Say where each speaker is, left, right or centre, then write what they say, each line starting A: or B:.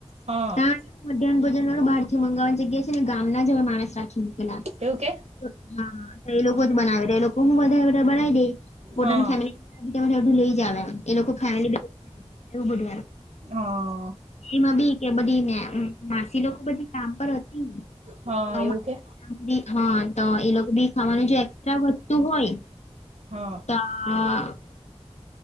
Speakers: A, on the right; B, on the left.
A: હ.
B: ત્યાં મધ્યાહન ભોજન વાળું બહારથી મંગાવવાની જગ્યા છે ને ગામ ના જ હવે માણસ રાખી નીકલા હા
A: એવું કે
B: તો એ લોકો જ બનાવે એ લોકો હું વધારે વધારે બનાવી દઈ. પોતાની
A: હા
B: ફેમલીી એું લઈ જ એ ફેમ બ
A: હ.
B: એમાં બી કે બધી મે માસી લોકો બધી કામ પર હતી
A: હા
B: તો મા
A: એવું કે
B: હા તો એ લોકો બી ખાવાનું જો એકક્સ્ટ્રા વધતું હોય
A: હ.
B: આ